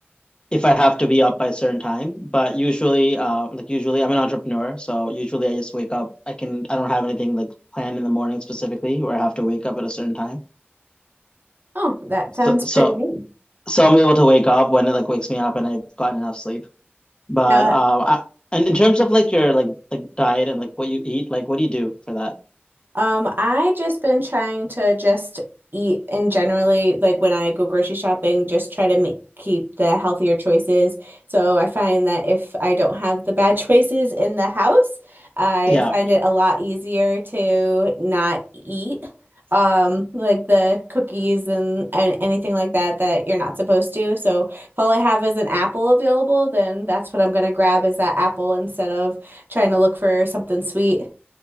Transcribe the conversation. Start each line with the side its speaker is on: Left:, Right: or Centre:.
Left: if I have to be up by a certain time. But usually, uh, like usually, I'm an entrepreneur, so usually I just wake up. I can I don't have anything like planned in the morning specifically where I have to wake up at a certain time.
Right: Oh, that
Left: So
Right: sounds pretty
Left: so
Right: neat.
Left: so I'm able to wake up when it like wakes me up and I've gotten enough sleep. But
Right: Now,
Left: uh, I, and in terms of like your like like diet and like what you eat, like what do you do for that?
Right: Um, I just been trying to just eat and generally, like when I go grocery shopping, just try to make keep the healthier choices. So I find that if I don't have the bad <laughs> choices in the house, I
Left: Yeah.
Right: find it a lot easier to not eat. Um, like the cookies and, and anything like that that you're not supposed to. So if all I have is an apple available, then that's what I'm gonna grab is that apple instead of trying to look for something sweet.